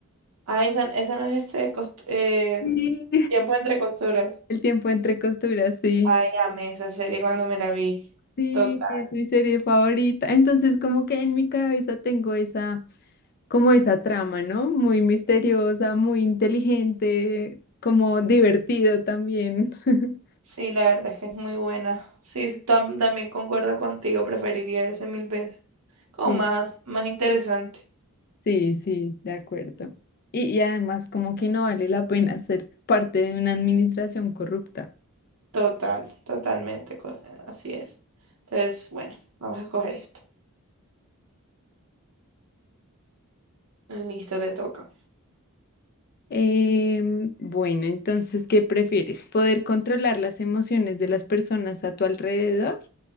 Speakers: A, on the right; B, on the left.
A: Ah, esa, esa no es este cost- eh,
B: Sí.
A: tiempo entre costuras.
B: El tiempo entre costuras, sí.
A: Ay, amé esa serie cuando me la vi.
B: Sí,
A: Total.
B: es mi serie favorita. Entonces, como que en mi cabeza tengo esa, como esa trama, ¿no? Muy misteriosa, muy inteligente, como divertido también. <laughs>
A: Sí, la verdad es que es muy buena. Sí, sí, tam- también concuerdo contigo, preferiría ese mil veces. Como
B: Sí,
A: más, más interesante.
B: sí, sí, de acuerdo. Y, y además, como que no vale la pena ser parte de una administración corrupta.
A: Total, totalmente, co- así es. Entonces, bueno, vamos a escoger esto. Listo, te toca.
B: Em, bueno, entonces, ¿qué prefieres? ¿Poder controlar las emociones de las personas a tu alrededor